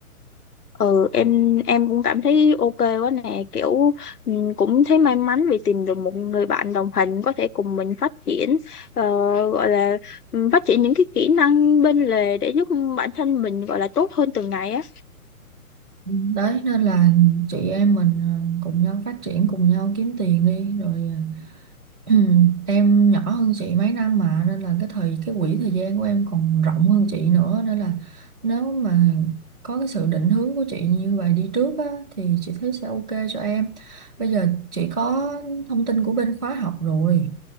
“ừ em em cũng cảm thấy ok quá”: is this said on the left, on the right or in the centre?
Left